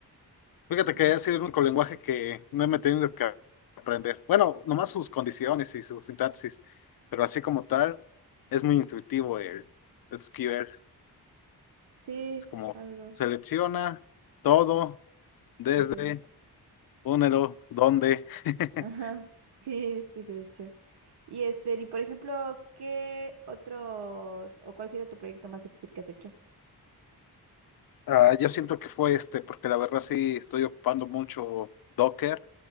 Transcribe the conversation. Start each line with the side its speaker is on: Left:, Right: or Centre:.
Left: Fíjate
Right: De-
Left: que ha sido el único lenguaje que no me he tenido que aprender. Bueno, nomás sus condiciones y su sintaxis, pero así como tal, es muy intuitivo el SQL.
Right: Sí,
Left: Es como
Right: algo.
Left: selecciona todo desde
Right: O sea,
Left: únelo, dónde. <laughs>
Right: <laughs> ajá. Sí, sí, de hecho. Y este, y por ejemplo, ¿qué otros, o cuál sería tu proyecto más difícil que has hecho?
Left: Ah, yo siento que fue este, porque la verdad sí estoy ocupando mucho Docker,